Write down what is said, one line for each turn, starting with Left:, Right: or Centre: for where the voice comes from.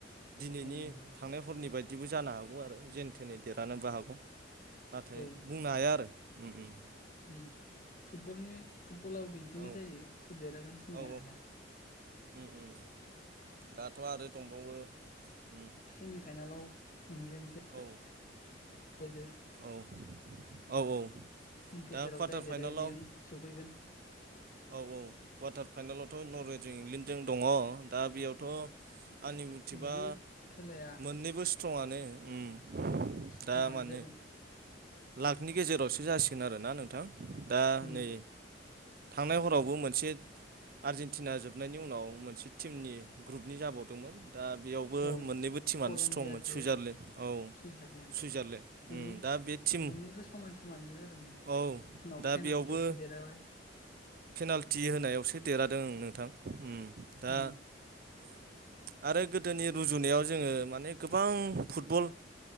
Right: दिनैनि
Left: औ नंगौ
Right: थांनाय हरनि बायदिबो जानो हागौ आरो जेने थेने देरहानोबो हागौ। नाथाय
Left: औ
Right: बुंनो हाया आरो उम उम।
Left: उम फुटबनि फुटबलाव बिदिनो
Right: औ
Left: जायो सोर देरागोन बुंनो
Right: औ
Left: हाया।
Right: उम उम दाथ' आरो दंबावो उम
Left: सेमि फाइनेलाव इंलेण्डजों
Right: औ।
Left: <unintelligible>
Right: औ औ औ।
Left: गेजेराव
Right: दा क्वार्टार
Left: जाय देरायो
Right: फाइनालाव
Left: बेयो सौफैगोन।
Right: औ औ क्वाटार फाइनेलावथ' नरवेजों इंलेण्डजों दङ दा बेयावथ' आंनि मुथिबा
Left: बेबो खेलाया
Right: मोननैबो सु स्ट्रंआनो उम
Left: स्ट्रंआनो
Right: दा माने
Left: जागोन
Right: लाखनि गेजेरावसो जासिगोन आरोना नोंथां दा
Left: उम
Right: नै थांनाय हरावबो मोनसे आर्जेेनटिना जोबनायनि उनाव मोनसे टिमनि ग्रुपनि जाबावदोंमोन। दा बेयावबो
Left: औ
Right: मोननैबो टिमानो
Left: कलम्बियाजो
Right: स्ट्रंमोन सुइजारलेण्ड औ
Left: सुइजारलेण्ड
Right: सुइजारलेण्ड। उम
Left: मोननै
Right: दा बे टिम
Left: मोननैबो समान समान जाजादोंमोन उनाव
Right: औ दा
Left: पेनाल्टियावसो
Right: बेयावबो
Left: देरहाबाय।
Right: पेनाल्टि होनायावसो देरहादों ओं नोंथां। उम दा
Left: उम
Right: आरो गोदोनि रुजुनायाव जोङो माने गोबां फुटबल